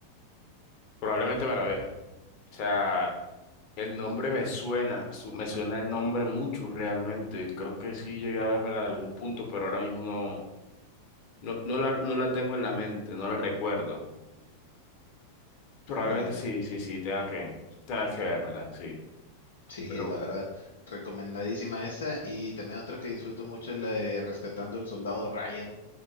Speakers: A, on the left (about 40°); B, on the left (about 65°).
A: Probablemente me la vea. O sea, el nombre me suena, su- me suena el nombre mucho realmente. Creo que sí llegué a vérmela de algún punto, pero ahora mismo no, no, no la, no la tengo en la mente, no la recuerdo. Probablemente
B: Mm, ya
A: sí,
B: ve.
A: sí, sí, tenga que, tenga que vérmela, sí.
B: Sí,
A: Pero
B: la
A: bueno.
B: verdad, recomendadísima esa. Y también otra que disfruto mucho es la de Rescatando al Soldado Ryan.